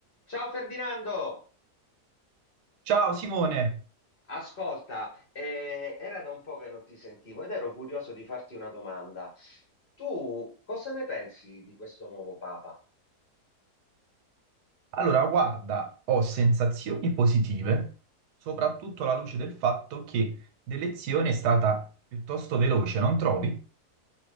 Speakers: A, on the left; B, on the right.
A: Ciao Ferdinando,
B: Ciao Simone,
A: ascolta, eh, era da un po' che non ti sentivo ed ero curioso di farti una domanda. Tu cosa ne pensi di questo nuovo Papa?
B: allora guarda, ho sensazioni positive, soprattutto alla luce del fatto che l'elezione è stata piuttosto veloce, non trovi?